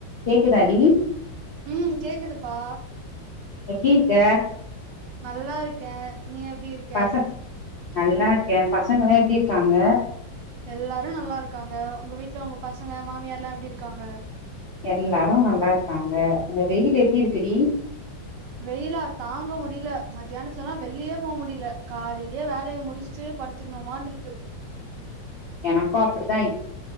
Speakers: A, on the left; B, on the right.
A: கேக்குதாடி
B: ம் கேக்குதுப்பா
A: எப்டி இர்க்க
B: நல்லாருக்கே நீ எப்டி இருக்
A: பச நல்லார்க்கே பசங்கலா எப்டி இர்க்காங்க
B: எல்லாரு நல்லாருக்காங்க உங்க வீட்ல உங்க பசங்க மாமியார்லா எப்டி இருக்காங்க
A: எல்லாரு நல்லார்க்காங்க அங்க வெயில் எப்டி இருக்குடி
B: வெய்யிலா தாங்க முடிய்ல மத்யானத்துலலா வெள்ளியே போ முடில காலிய்யே வேலய முடுஷ்ட்டு படு துக்ணுமான்ருக்கு
A: எனக்கு அப்புடுதா இ